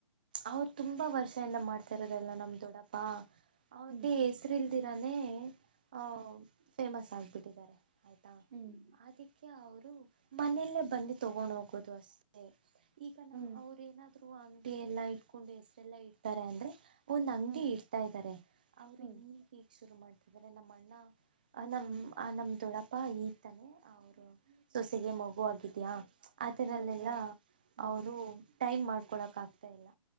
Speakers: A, on the right (about 15°); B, on the right (about 40°).
A: ಅವ್ರು ತುಂಬಾ ವರ್ಷ ಇಂದ ಮಾಡ್ತಿರೋದಲ್ಲ ನಮ್ ದೊಡ್ಡಪ್ಪಾ ಅವ್ರ್
B: ಹ್ಮ್.
A: ಬಿ ಹೆಸರಿಲ್ ದಿರಾನೇ ಆಹ್ ಫೇಮಸ್ ಆಗ್ಬಿಟ್ಟಿದ್ದಾರೆ ಆಯ್ತಾ
B: ಹ್ಮ್.
A: ಅದಕ್ಕೆ ಅವರು ಮನೆಯಲ್ಲೇ ಬಂದೇ ತಗೊಂಡ್ ಹೋಗ ಗದುುವಸ್ೆ <inaudible> ಈಗ ನಾ
B: ಹ್ಮ್.
A: ಅವ್ರ ಏನಾದ್ರು ಅಂಗಡಿ ಎಲ್ಲಾ ಇಟ್ಕೊಂಡು ಹೆಸರೆಲ್ಲಾ ಇಡ್ತಾರೆ ಅಂದ್ರೆ ಒಂದ್ ಅಂಗಡಿ
B: ಹ್ಮ್. ಹ್ಮ್.
A: ಇಡ್ತಾ ಇದ್ದಾರೆ ಅವರು
B: ಹ್ಮ್.
A: ಈಗ ಈಗ್ ಶುರು ಮಾಡಾರೆ ಇದರೆ ನಮ್ಮಣ್ಣ ಅ ನಮ್
B: ಹ್ಮ್
A: ಆ ನಮ್ದೊಡ ಪ್ಪಾ ಈತಾನೆ ಅವರು ಸೊಸೆಗೆ ಮಗುವ ಆಗಿದ್ಯಾ ಆ ದರಲ್ಲೆಲ್ಲ
B: ಹೌದಾ? ಹ್ಮ್.
A: ಅವರು ಟೈಮ್ ಮಾಡ್ಕೊಳಕ್ ಆಗ್ತಾ ಇಲ್ಲ